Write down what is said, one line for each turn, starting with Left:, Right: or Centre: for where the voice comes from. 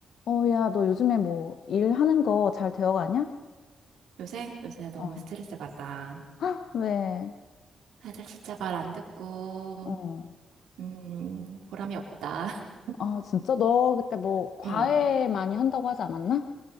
Left: 어, 야, 너 요즘에 뭐 일하는 거 잘 되어가냐?
Right: 요새? 요새 너무
Left: 어.
Right: 스트레스 받아.
Left: 헉, 왜?
Right: 애들 진짜 말 안 듣고,
Left: 어.
Right: 음, 보람이 없다. <laughs>
Left: 아, 진짜? 너 그때 뭐 과외
Right: 응,
Left: 많이 한다고 하지 않았나?